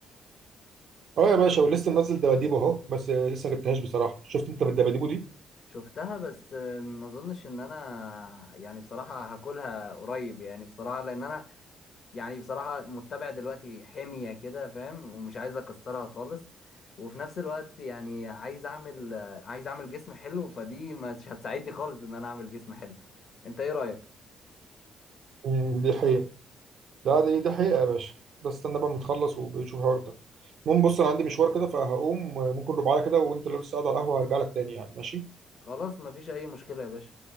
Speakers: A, on the right; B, on the left.
A: اه يا باشا ولسه منزل دباديبو اهو بس آه، لسه ما جبتهاش بصراحه شفت انت بالدباديبو دي
B: شفتها بس آه، ما اظنش ان انا يعني بصراحة هاكلها قريب يعني بصراحة لان انا يعني بصراحة متبع دلوقتي حمية كده فاهم ومش عايز اكسرها خالص وفي نفس الوقت يعني عايز اعمل آه، عايز اعمل جسم حلو فدي مش هتساعدني خالص ان انا اعمل جسم حلو انت ايه رأيك
A: امم دي حقيقه لا دي ده حقيقة يا باشا ده استنى بقى ما نخلص وبنشوف الحوار ده المهم بص انا عندي مشوار كده فهقوم ممكن ربع ساعة كده وانت لو لسه قاعد على القهوة هرجع لك تاني يعني ماشي
B: خلاص مفيش اي مشكلة يا باشا